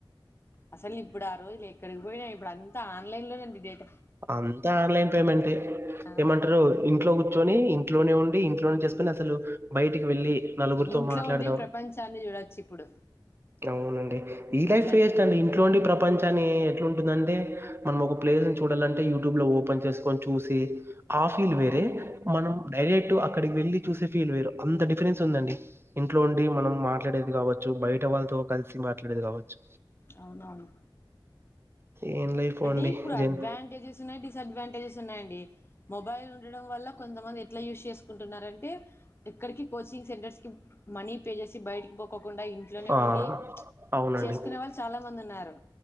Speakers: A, on the left; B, on the right.
A: అసలు ఇప్పుడు ఆ రోజులు ఎక్కడికి పోయినాయి ఇప్పుడు అంత ఆన్లైన్ లోంది దేటా
B: అంతా ఆన్లైన్ పేమెంట్
A: ఆ
B: ఏమంటారు ఇంట్లో కూర్చొని ఇంట్లోనే ఉండి ఇంట్లోనే చేస్ అసలు బయటికి వెళ్ళి నలుగురితో
A: ఇంట్లో
B: మాట్లాడదాం
A: ఉండి ప్రపంచాన్ని చూడొచ్చు ఇప్పుడు
B: అవునండి ఈ లైఫ్
A: అట్లా అయిపోయింది
B: వేస్ట్ అండి ఇంట్లోండి ప్రపంచాన్ని ఎట్లాంటుందంటే మనం ఒక ప్లేస్ చూడాలంటే యూట్యూబ్ లో ఓపెన్ చేసుకొని చూసి ఆ ఫీల్ వేరే మనం డైరెక్ట్ అక్కడికి వెళ్ళి చూసే ఫీల్ వేరు అంత డిఫరెన్స్ ఉందండి ఇంట్లో ఉండి మనం మాట్లాడేది కావచ్చు బయట వాళ్ళతో కలిసి మాట్లాడేది కావచ్చు
A: అవునవును
B: ఏం లైఫ్
A: అంటే
B: అండి
A: ఇప్పుడు
B: జన్
A: అడ్వాంటేజెస్ ఉన్నాయి డిసడ్వాంటేజెస్ ఉన్నాయండి మొబైల్ ఉండటడం వల్ల కొంతమంది ఎట్లా యూస్ చేసు కుంటున్నారంట ఎ ఇక్కడికి కోచింగ్ సెంటర్స్ మనీ పే చేసి బయటికి పోకోకుండా ఇంట్లోనే
B: ఆ!
A: ఉండి
B: అవునండి.
A: చేసుకునే వాళ్ళు చాలా మంది ఉన్నారు